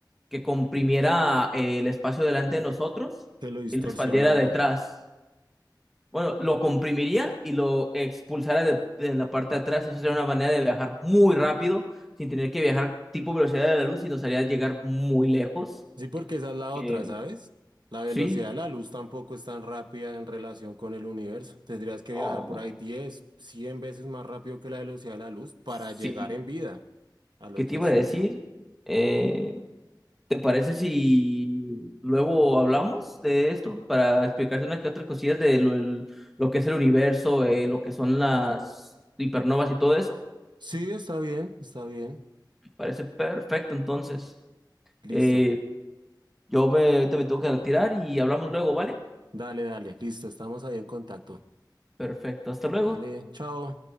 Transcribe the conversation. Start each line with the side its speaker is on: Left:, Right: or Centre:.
Centre: que comprimiera eh, el espacio delante de nosotros
Right: que lo distorsionara.
Centre: y lo expandiera detrás. Bueno, lo comprimiría y lo expulsara de, de la parte de atrás. Eso sería una manera de viajar muy rápido sin tener que viajar tipo velocidad de la luz y nos haría llegar muy lejos.
Right: Sí, porque esa es la otra,
Centre: Eh,
Right: ¿sabes? La velocidad
Centre: sí,
Right: de la luz tampoco es tan rápida en relación con el universo. Tendrías que
Centre: no,
Right: viajar por
Centre: no.
Right: ahí 10, 100 veces más rápido que la velocidad de la luz para
Centre: sí.
Right: llegar en vida al
Centre: ¿Qué
Right: otro
Centre: te iba
Right: sitio.
Centre: a decir? Eh, ¿te parece si luego hablamos de esto para explicarte unas que otras cosillas de lo, el- lo que es el universo, eh, lo que son las hipernovas y todo eso?
Right: Sí, está bien, está bien.
Centre: Parece perfecto, entonces.
Right: Listo.
Centre: Eh, yo me, ahorita me tengo que retirar y hablamos luego, ¿vale?
Right: Dale, dale, listo. Estamos ahí en contacto.
Centre: Perfecto, hasta luego.
Right: Dale, chao.